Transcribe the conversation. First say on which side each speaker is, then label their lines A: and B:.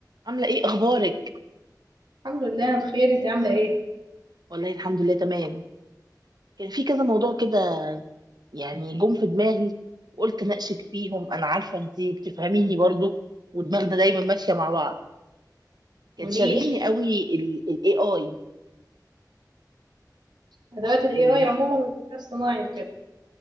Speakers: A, on the right (about 70°); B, on the right (about 85°).
A: عاملة ايه اخبارك؟
B: الحمد لله انا بخير انت عامله ايه
A: والله الحمد لله تمام كان في كذا موضوع كده يعني جم في دماغي وقلت اناقشك فيهم انا عارفة انتي بتفهميني برضو ودماغنا دايما ماشية مع بعض كان
B: قوليلي
A: شاغلني قوي الاي اي
B: ادوات الاي
A: وال
B: اي عموما والذكاء الصناعي وكده